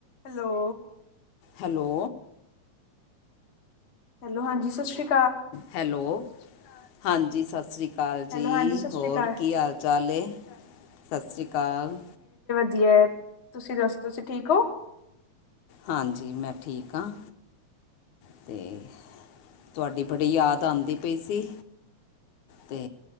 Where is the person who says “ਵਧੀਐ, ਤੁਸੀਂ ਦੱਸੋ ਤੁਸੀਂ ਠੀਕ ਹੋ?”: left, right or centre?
Left